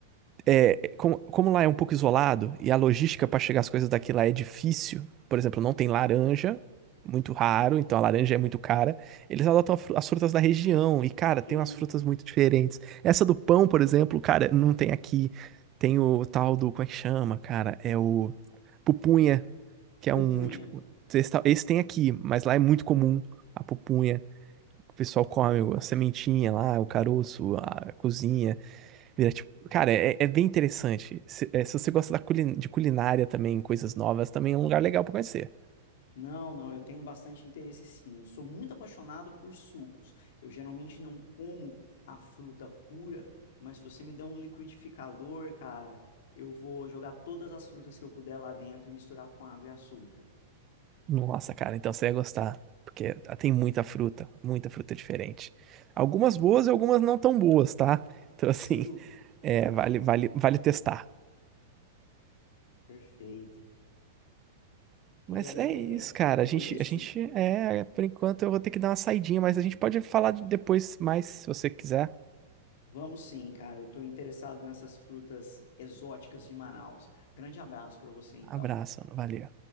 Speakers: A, on the right; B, on the left.
A: é, como, como lá é um pouco isolado e a logística para chegar as coisas daqui lá é difícil, por exemplo, não tem laranja, muito raro, então a laranja é muito cara. Eles adotam a fru- as frutas da região e, cara, tem
B: Uhum.
A: umas frutas muito diferentes. Essa do pão, por exemplo, cara, não tem aqui. Tem o tal do, como é que chama, cara? É o pupunha, que é
B: Pupunha.
A: um, tipo, esse tal- esse tem aqui, mas lá é muito comum a pupunha. O pessoal come a sementinha lá, o caroço, a cozinha. Vira, tipo, cara, é, é bem interessante. Se, é, se você gosta da culin- de culinária também, coisas novas, também é um lugar legal pra conhecer.
B: Não, não, eu tenho bastante interesse sim. Eu sou muito apaixonado por sucos. Eu geralmente não como a fruta pura, mas se você me der um liquidificador, cara, eu vou jogar todas as frutas que eu puder lá dentro e misturar com água e açúcar.
A: Nossa, cara, então você ia gostar. Porque tem muita fruta, muita fruta diferente. Algumas boas e algumas não tão boas, tá? <laughs> Então, assim,
B: Sem dúvida.
A: é, vale, vale, vale testar.
B: Perfeito.
A: Mas
B: É,
A: é isso, cara.
B: é
A: A gente,
B: isso?
A: a gente, é, por enquanto eu vou ter que dar uma saidinha, mas a gente pode falar de- depois mais, se você quiser.
B: Vamos sim, cara. Eu tô interessado nessas frutas exóticas de Manaus. Grande abraço para você, então.
A: Abraço, mano. Valeu.